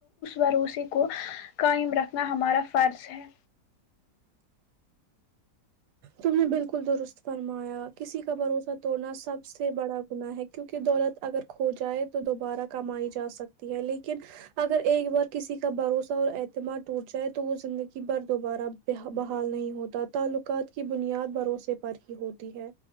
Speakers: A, on the left; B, on the right.
A: بھروسے کو قائم رکھنا ہمارا فرض ہے
B: تم نے بالکل درست فرمایا کسی کا بھروسہ توڑنا سب سے بڑا گنااہ ہے کیونکہ دولت اگر کھو جائے تو دوبارہ کمائی جاسکتی ہے لیکن اگر ایک بار کسی کا بھروسہ اور اعتماد ٹوٹ جائے تو وہ زندگی بھر دوبارہ بحال نہیں ہوتا تعلقات کی بنیاد بھروسے پر ہی ہوتی ہے